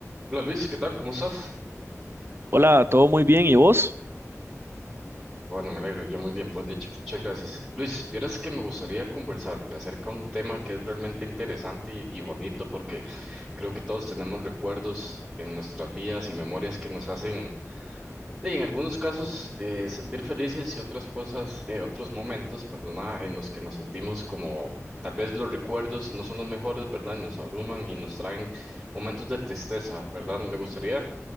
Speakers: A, in the centre; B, on the right.
A: Hola Luis, ¿qué tal? ¿Cómo estás?
B: Hola, todo muy bien, ¿y vos?
A: Bueno, me alegro, yo muy bien, pues dicho, muchas gracias. Luis, vieras que me gustaría conversarte acerca de un tema que es realmente interesante y, y bonito porque creo que todos tenemos recuerdos en nuestras vidas y memorias que nos hacen, de, en algunos casos, eh, sentir felices y otras cosas, eh, otros momentos, perdona, en los que nos sentimos como tal vez los recuerdos no son los mejores, ¿verdad? Y nos abruman y nos traen momentos de tristeza, ¿verdad? Me gustaría